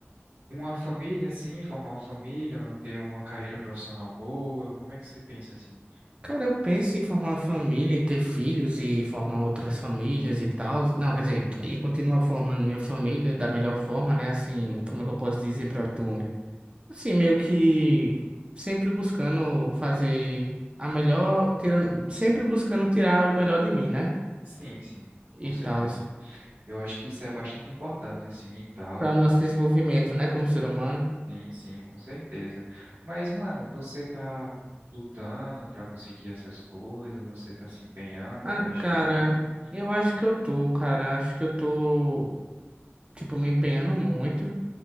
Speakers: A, on the right; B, on the right.
A: Uma família, assim, formar uma família, ter uma carreira profissional boa, como é que você pensa assim?
B: Cara, eu penso em formar uma família, em ter filhos e formar outras famílias e tal. Não, quer dizer, e continuar formando minha família da melhor forma, né? Assim, como é que eu posso dizer pra tu? Assim, meio que sempre buscando fazer a melhor, tirando, sempre buscando tirar o melhor de mim, né?
A: Sim, sim,
B: E
A: com certeza.
B: tal,
A: Eu acho que isso é bastante importante, assim, e tal,
B: para o nosso
A: mano.
B: desenvolvimento, né, como ser humano.
A: Sim, sim, com certeza. Mas, mano, você tá lutando pra conseguir essas coisas, você tá se empenhando,
B: Ah,
A: tá estudando,
B: cara, eu acho que eu tô, cara. Acho que eu tô, tipo, me empenhando muito,